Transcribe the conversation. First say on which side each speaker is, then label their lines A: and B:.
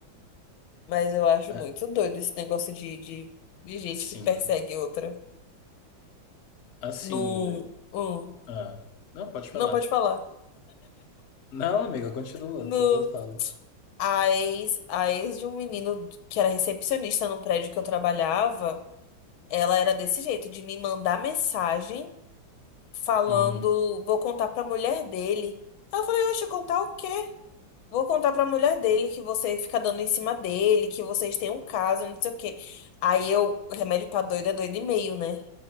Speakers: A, on the left (about 80°); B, on the left (about 60°).
A: Mas eu acho
B: Ah,
A: muito doido esse negócio de, de, de gente
B: sim,
A: que persegue outra.
B: assim.
A: No. hum,
B: Ah, não, pode falar.
A: não pode falar.
B: Não, amiga, continua,
A: No.
B: depois eu falo.
A: A ex, a ex de um menino que era recepcionista num prédio que eu trabalhava, ela era desse jeito, de me mandar mensagem falando,
B: Hum,
A: vou contar pra mulher dele. Aí Eu falei, oxe, contar o quê? Vou contar pra mulher dele que você fica dando em cima dele, que vocês têm um caso, não sei o quê. Aí eu, remédio pra doido é doido e meio, né?